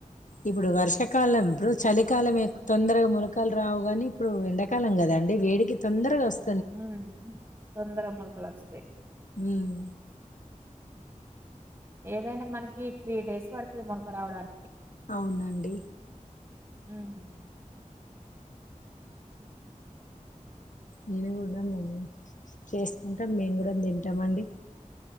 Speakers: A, on the left; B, on the right.
A: ఇప్పుడు వర్షాకాలం ఇప్పుడు చలికాలం తొందరగా మలకలు రావుగాని ఇప్పుడు ఎంకాలం కదా అండి వేడికి తొందరగా వస్త
B: హుమ్ తొందర మొలకలు వస్తయి
A: ఉమ్
B: ఏదైనా మనకి త్రీ డేస్ పడుతది మొనక రావడానికి
A: అవునండి
B: హుమ్
A: నేను కూడా మేము చేసుకుంటాం మేము కూడా తింటమండి